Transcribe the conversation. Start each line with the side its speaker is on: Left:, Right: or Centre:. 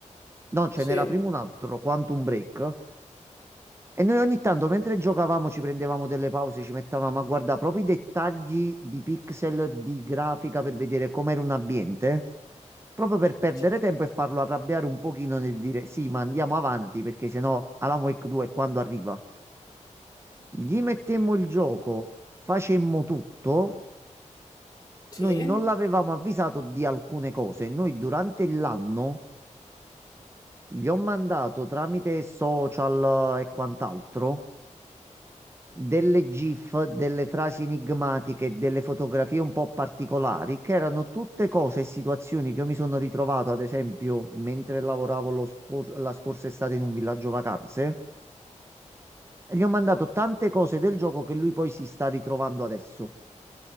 Right: No, ce
Left: sì,
Right: n'era prima un altro, Quantum Break. E noi ogni tanto mentre giocavamo ci prendevamo delle pause, ci mettevamo a guardare proprio i dettagli di pixel di grafica per vedere com'era un ambiente, proprio per perdere
Left: sì,
Right: tempo e farlo arrabbiare un pochino nel dire sì, ma andiamo avanti perché sennò Alan Wake 2 quando arriva. Gli mettemmo il gioco, facemmo tutto,
Left: sì.
Right: noi non l'avevamo avvisato di alcune cose, noi durante l'anno gli ho mandato tramite social eh, e quant'altro delle GIF, delle frasi enigmatiche, delle fotografie un po' particolari, che erano tutte cose e situazioni che io mi sono ritrovato, ad esempio, mentre lavoravo lo scor- la scorsa estate in un villaggio vacanze, e gli ho mandato tante cose del gioco che lui poi si sta ritrovando adesso.